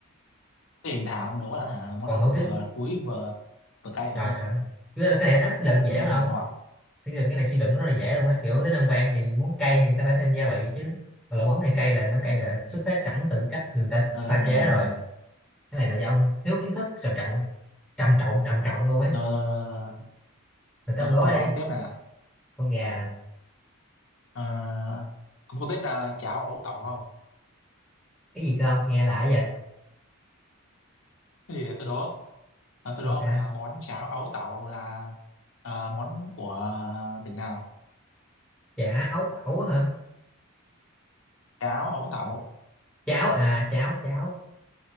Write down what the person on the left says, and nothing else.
Thế thì thả ông nấu là hả, món
nào
mà
vừa thúi vừa vừa cay
còn hơn
tự
nhiên
vừa ngọt
Ừ.
rồi rồi
rồi
rồi
rồi rồi rồi rồi, rồi.
rồi
cái đó
ông tiếp là
à, ông có biết à, cháo ấu tẩu không
cái gì để tôi đố Ờ, tôi
đố ông là món cháo ấu tẩu là ờ, món của tỉnh nào?
Cháo ấu tẩu.